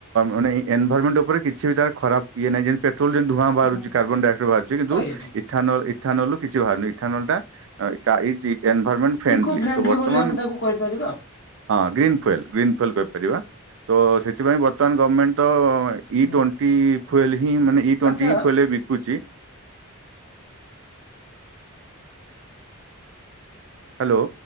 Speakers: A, on the right; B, on the left.
A: ମାନେ ଏନଭାଇରମେଣ୍ଟ ଉପରେ କିଛି ବି ତାର ଖରାପ ଇଏ ନାହିଁ ଯେମିତି ପଟ୍ରୋଲ ଯେମିତି ଧୂଆଁ ବାହାରୁଛି
B: ହୁଁ।
A: କାର୍ବନଡାଇଅକ୍ସାଇଡ ବାରୁଛି କିନ୍ତ
B: ଆଜ୍ଞା।
A: ଇଥାନଲ ଇଥାନଲୁ କିଛି ବାହାରୁନି ଇଥାନଲ୍ ଟା ତା ଇଜ ଏନ୍ଭାଇରମେଣ୍ଟ ଫ୍ରେଣ୍ଡଲି
B: ଇକୋ
A: ତ ବର୍ତ୍ତମାନ
B: ବୋଲି ଆମେ ତାକୁ କହିପାରିବା।
A: ହଁ ଗ୍ରୀନ୍ ଫଏଲ୍ ଗ୍ରୀନ୍ ଫୁଏଲ୍ କହିପାରିବା ତ ସେଥିପାଇଁ ବର୍ତ୍ତମାନ ଗର୍ମେଣ୍ଟ ତ ଇ
B: ହୁଁ
A: ଟ୍ଵେଣ୍ଟି ପି ଫୋଏଲ୍ ହିଁ ମାନେ ଇ ଟ୍ୱେଣ୍ଟି
B: ଆଚ୍ଛା
A: ହିଁ ଫୋଏଲ୍ ବିକୁଛି। ହ୍ୟାଲୋ।